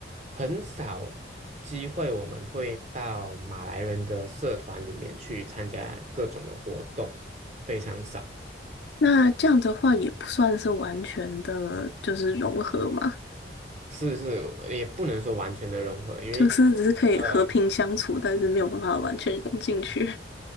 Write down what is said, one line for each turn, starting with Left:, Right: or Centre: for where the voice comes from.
Right: 很少机会我们会到马来人的社团里面去参加各种的活动，非常少。
Left: 那这样的话也不算是完全的，就是融合嘛，
Right: 是是，也不能说完全的融合，因为。
Left: 就是只是可以和平相处，
Right: 呃。
Left: 但是没有办法完全融进去。